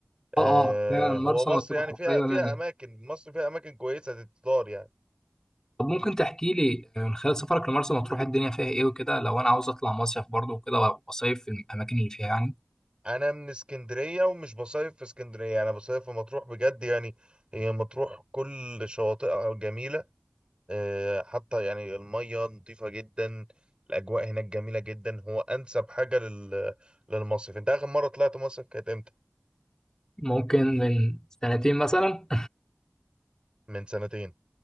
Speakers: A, on the right; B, on the left.
A: آه
B: اه اه فعلا مرسى
A: هو مصر
B: مطروح
A: يعني فيها
B: قريبه
A: فيها
B: منك
A: اماكن مصر فيها اماكن كويسه تتزار يعني
B: طب ممكن تحكي لي آه، من خلال سفرك لمرسى مطروح الدنيا فيها ايه وكده لو انا عاوز اطلع مصيف برضه وكده واصيف في الاماكن اللي فيها يعني
A: انا من اسكندريه ومش بصيف في اسكندريه انا بصيف في مطروح بجد يعني هي مطروح كل شواطئها جميله آه، حتى يعني الميه نظيفه جدا الاجواء هناك جميله جدا هو انسب حاجه لل... للمصيف انت اخر مره طلعت مصيف كانت امتى
B: ممكن من سنتين مثلا
A: من سنتين